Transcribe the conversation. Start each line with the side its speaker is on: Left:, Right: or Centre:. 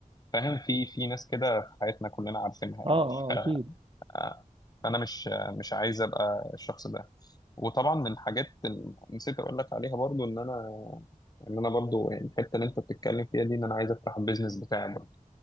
Left: فاهم في في ناس كده في حياتنا كلنا عارفينها
Right: اه
Left: يعني
Right: اه اكيد
Left: آه، فأنا مش آه، مش عايز أبقى الشخص ده وطبعا من الحاجات اللي نسيت أقول لك عليها برضو إن أنا ان انا برضو يعني الحته اللي انت بتتكلم فيها دي ان انا عايز افتح البيزنس بتاعي برضو